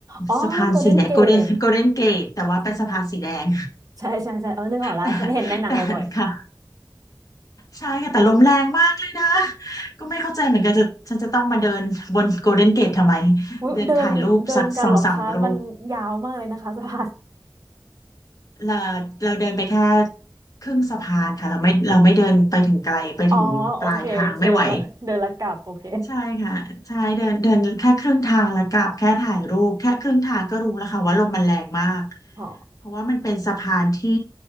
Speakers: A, on the right; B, on the left.
A: อ๋อ
B: สะพานสีแดงโกลเด้นโกลเด้นเกตแต่ว่าเป็นสะพานสีแดง
A: โกลเด้นเกตจริงด้วยใช่ใช่ใช่เออนึกออกแล้วมันเห็นในหนังบ่อย
B: <laughs> แต่แต่ค่ะใช่ค่ะแต่ลมแรงมากเลยนะก็ไม่เข้าใจเหมือนกันจะฉันจะต้องมาเดินบนโกลเด้นเกตทำไม
A: ๆอุ๊ยเดินเดินกันเหรอคะ
B: เดินถ่ายรูปสักสองสามรูป
A: มันยาวมากเลยนะคะ <laughs> สะพาน
B: เราเราเดินไปแค่ครึ่งสะพานค่ะเราไม่เราไม่เดินไปถึงไกลไปถึงปลายทางไม่ไหว
A: อ๋อ โอเคเดินละเดินละกลับโอเค
B: ใช่ค่ะใช่เดินเดินแค่ครึ่งทางแล้วกลับแค่ถ่ายรูปแค่ครึ่งทางก็รู้แล้วค่ะว่าลมมันแรงมาก
A: อ๋อ
B: เพราะว่ามันเป็นสะพานที่